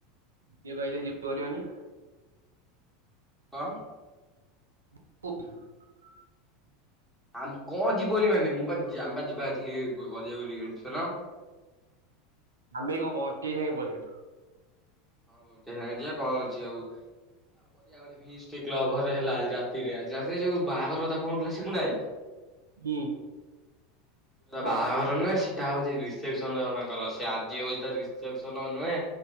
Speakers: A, on the right; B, in the centre.
A: ଇଏ କହିଲେ ଯିବନି ମାନେ
B: କଣ?
A: <unintelligible>
B: ଆ କଣ ଯିବନି ମାନେ ମୁଁ ବା ଆମେ ବା ଯିବା ଏଠି ବୋଲି ରି ଆଡମିସନ।
A: ଆମେ କଣ ବଣ୍ଟି ଭାଇ ପଳେଇବ।
B: ହଁ ବଉଟେ ସାଙ୍ଗେ ଯିବା କଣ ଅଛି ଆଉ। ଆଉ କରିବା ଗୋଟେ ଫିଷ୍ଟ୍ ଟେ କ୍ଲବ ଘରେ ହେଲା ଆଜି ରାତିରେ ଆଜି ରାତିରେ ଯୋଉ ବାହାଘର କଥା କହୁଥିଲା ସିବୁ ଭାଇ
A: ହୁଁ।
B: ତା
A: କଣ
B: ବାହାଘର
A: ଅଛି?
B: ନୁହେଁ ସେ ସେଇଟା ହଉଛି ରିସେପସନ ଜଣଙ୍କର ।ସେ ଆଜି ହଉଛି ତା ରିସେପସନ ନୁହେଁ